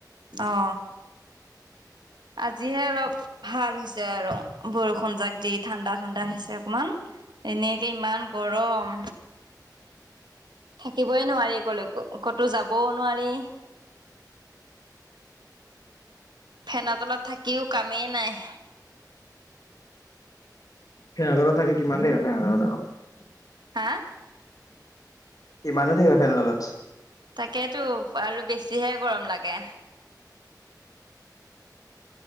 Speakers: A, on the right (about 85°); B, on the left (about 55°).
A: অ আজিহে অলপ ভাল হৈছে আৰু বৰষুণ যাক দি ঠাণ্ডা ঠাণ্ডা হৈছে অকমান। এনেকে ইমান গৰম। থাকিবই নোৱাৰি কলেকো, ক'তো যাবও নোৱাৰি। ফেনৰ তলত থাকিও কামেই নাই।
B: ফেনৰ তলত থাকি কিমান দেৰি <unintelligible>
A: হাঁ?
B: কিমাননো থাকিবা ফেনৰ তলত।
A: তাকেতো আৰু বেছিহে গৰম লাগে।